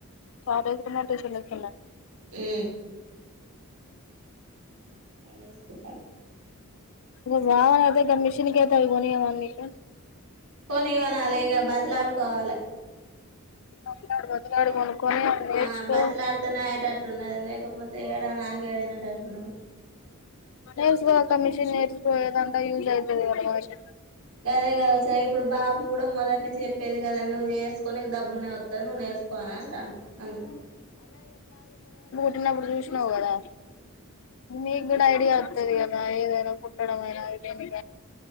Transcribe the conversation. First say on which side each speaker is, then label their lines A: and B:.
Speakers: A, on the left (about 60°); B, on the right (about 80°).
A: కాాలేజ్కున్నట చల్ సన్నా
B: హు కాలేజీ కి కూడా
A: ఇ గావనఐతే క మీషన్ కేత గగవి కొనియ్యవ మెషిన్
B: కొనిమనాలే ఇగ బతిమలాడుకోవాలి
A: బతిమలాడు బతిమలడు కో కొని అ నేర్చుకో
B: ఆ బతిలాడితేనే అయేటట్టున్నది లేకపోతే ఏడా నాకు ఏడినటట్టున్నాడు
A: నేర్చుకోక్క మిషన్ నేర్చుకో ఏదంట్లో యూజ్ అవుతుది కదా మనకి
B: అదే కదా వచ్చే ఇప్పుడు బాబు కూడా మొదటి నుంచి చెప్పేది కదా నువ్వు చేసుకో కొనేకి డబ్బున్నయి వస్తా నువ్వు నేర్చుకో అని అంటాండు నన్
A: నిన్నప్పుడు చూసిన చూసినవ్ కదా నీక్ నీకూడా ఐడియా వస్తది కదా ఏదైనా కుుట్టడంమయినా ఎధైన